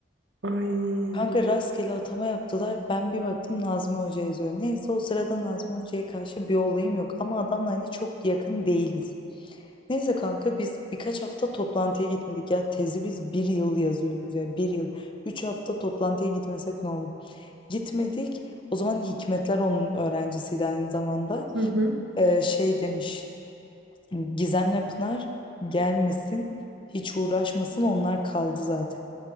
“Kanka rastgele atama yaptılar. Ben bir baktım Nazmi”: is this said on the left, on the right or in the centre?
Left